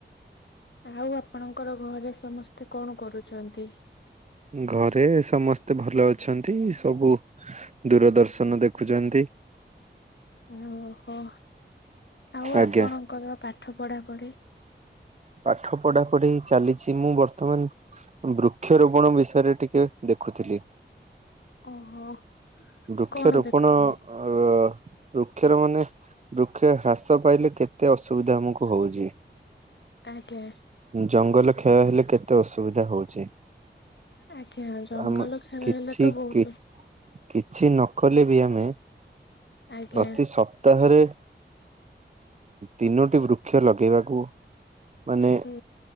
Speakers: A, on the left (about 70°); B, on the right (about 40°).
A: ଆଉ ଆପଣଙ୍କର ଘରେ ସମସ୍ତେ କଣ କରୁଛନ୍ତି?
B: ଘରେ ସମସ୍ତେ ଭଲ ଅଛନ୍ତି ସବୁ ଦୂରଦର୍ଶନ ଦେଖୁଛନ୍ତି।
A: ଓହୋ ଆଉ
B: ଆଜ୍ଞା।
A: ଆପଣଙ୍କର ପାଠ ପଢାପଢି?
B: ପାଠ ପଢା ପଢି ଚାଲିଛି ମୁଁ ବର୍ତ୍ତମାନ ବୃକ୍ଷର ରୋପଣ ବିଷୟରେ ଟିକେ ଦେଖୁଥିଲି।
A: ଓହୋ
B: ବୃକ୍ଷରୋପଣ
A: କଣ ଦେଖୁଥିଲେ?
B: ଅ ବୃକ୍ଷର ମାନେ ବୃକ୍ଷ ହ୍ରାସ ପାଇଲେ କେତେ ଅସୁବିଧା ଆମକୁ ହଉଛି।
A: ଆଜ୍ଞା
B: ଜଙ୍ଗଲ କ୍ଷୟ ହେଲେ କେତେ ଅସୁବିଧା ହଉଛି।
A: ଆଜ୍ଞା ଜଙ୍ଗଲ
B: ଆମ
A: ଖେଳ
B: କିଛି
A: ହେଲେ ତ ବହୁତ
B: କି କିଛି ନ କଲେ ବି ଆମେ
A: ଆଜ୍ଞା
B: ପ୍ରତି ସପ୍ତାହରେ ତିନୋଟି ବୃକ୍ଷ ଲଗେଇବାକୁ ମାନେ
A: ହୁଁ